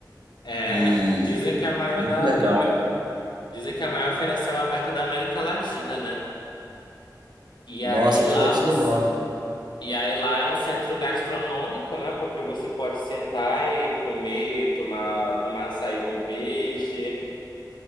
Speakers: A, on the left; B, on the right.
A: É,
B: E
A: dizem que é a maior
B: muito
A: da,
B: legal.
A: da Amé- dizem que é a maior feira a céu aberta da América Latina, né? E
B: Nossa,
A: aí lá
B: então deve
A: você,
B: ser enorme.
A: e aí lá é um centro gastronômico, né? Porque você pode sentar e comer, tomar, tomar açaí com peixe,